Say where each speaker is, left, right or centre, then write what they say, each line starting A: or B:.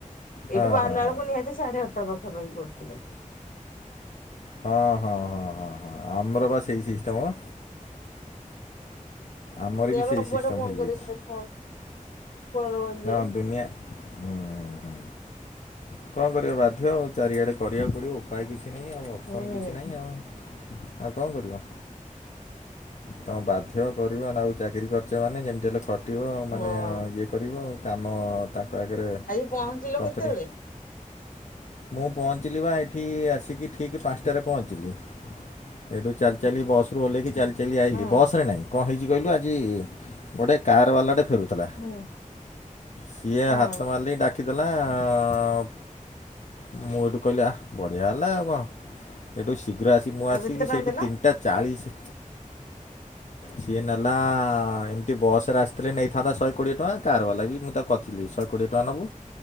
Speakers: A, on the left; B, on the left.
A: ହଁ
B: ଏଇଠୁ ବାହାରିଲା
A: ହଁ ହଁ
B: ବେଳକୁ ନିହାତି ସାଢେ ଆଟା ପାଖାପାଖି କରୁଥିଲେ।
A: ହଁ, ହଁ, ହଁ, ହଁ, ହଁ ଆମର ବା ସେଇ ସିଷ୍ଟମ୍। ଆମର
B: ସେଇଆ
A: ବି
B: ପା
A: ସେଇ
B: ସବୁଆଡେ
A: ସିଷ୍ଟମ
B: ବନ୍ଦ
A: ହେଇଯାଇଛି
B: କରିଦେଇଛନ୍ତି ଏ ଫୋନ୍
A: ହଁ
B: <inaudible>
A: ଦୁନିଆ ହୁଁ ହୁଁ କଣ କରିବା ବାଧ୍ୟ ଆଉ ଚାରିଆଡ଼େ କରିବାକୁ ପଡ଼ିବ ଉପାୟ କିଛି ନାହିଁ ଆଉ ଅପସନ୍
B: ହୁଁ
A: କିଛି ନାହିଁ ଆଉ। ଆଉ କଣ କରିବ। ତୋମ ବାଧ୍ୟ କରିବ ନା ଆଉ ଚାକିରି କରିଚ ମାନେ ଯେମିତି ହେଲେ ଖ ଟିବ ମାନେ
B: ହଁ
A: ଇଏ କରିବ, କାମ ତାଙ୍କ ଆଗରେ
B: ଆଜି ପହଞ୍ଚିଲ
A: କମ୍ପାନୀ
B: କେତେବେଳେ
A: ମୁଁ ପହଞ୍ଚିଲି ବା ଏଠି ଆସିକି ଠିକ ପାନ୍ସଟାରେ ପହଞ୍ଚିଲି। ଏଠୁ ଚାଲି ଚାଲି ବସ୍ ରୁ ଓହ୍ଲେଇକି ଚାଲି ଚାଲି ଆଇଲିି
B: ହଁ
A: ବସ୍ ରେ ନାହିଁ କଣ ହେଇଚି କହିଲୁ ଆଜି ଗୋଟେ କାର୍ ବାଲା ଟେ ଫେରୁ ଥିଲା
B: ହଁ
A: ସିଏ
B: ହଁ
A: ହାତ ମାରଲି ଡାକିଦେଲା ଅ, ହଁ ମୁଁ ଏଇଠୁ କହିଲି ଆ, ବଢିଆ ହେଲା ଆଉ କଣ। ସେଇଠୁ ଶୀଘ୍ର ଆସିି ମୁଁ
B: ଆଉ
A: ଆସିକି
B: କେତେ ଟଙ୍କା
A: ସେଇଠି
B: ଦେଲ
A: ତିନିଟା ଚାଳିଶ। ସିଏ ନେଲା ଏମିତି ବସ୍ ରେ ଆସିଥିଲେ ନେଇଥାନ୍ତା ଶହେ କୋଡିଏ ଟଙ୍କା, କାର୍ ବାଲା ବି ମୁଁ ତା କରିଥିଲି ଶହେ କୋଡ଼ିଏ ଟଙ୍କା ନବୁ